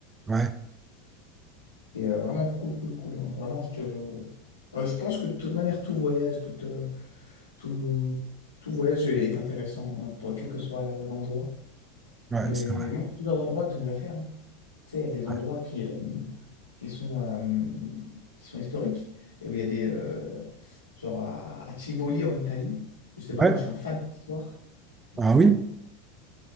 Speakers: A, on the right; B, on the left.
A: Ouais,
B: et euh, vraiment cool, cool, cool. hein. Vraiment, je te, euh, je pense que de toute manière, tout voyage, tout, euh, tout, tout voyage est intéressant, n'importe- quel que soit l'endroit.
A: ouais,
B: Mais
A: c'est vrai.
B: moi, il y a plusieurs endroits que j'aimerais faire. hein. Tu sais, il y a des endroits
A: Ouais.
B: qui, euh, qui sont, euh, qui sont historiques, et où il y a des... euh, genre à, à Tivoli, en Italie. Je sais pas,
A: Ouais.
B: moi, je suis un fan d'histoire. Donc,
A: Ah
B: euh,
A: oui.